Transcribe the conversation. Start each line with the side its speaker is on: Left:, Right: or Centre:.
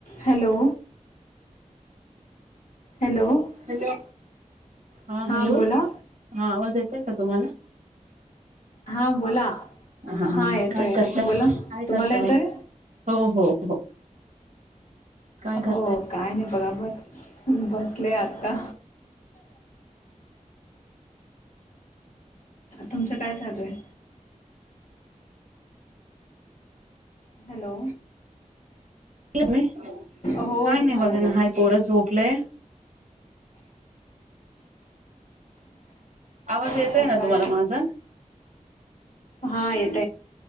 Left: Hello. Hello
Right: hello हा
Left: हां
Right: hello
Left: बोला.
Right: हा आवाज येत आहे का तुम्हाला.
Left: हां बोला
Right: हा
Left: हां येतोय
Right: काय करतय
Left: बोला
Right: काय
Left: तुम्हाला
Right: करताय.
Left: येतोय
Right: हो हो हो. काय
Left: हो
Right: करताय
Left: काय नाही बघा बस बसले आता. तुमचं काय चालू आहे. हॅलो.
Right: काय
Left: हो झालं
Right: नाही बग
Left: बघ
Right: ना. बोर झोपलंय. आवाज येतोय
Left: अजून
Right: ना
Left: काय
Right: तुम्हाला माझा?
Left: हा येत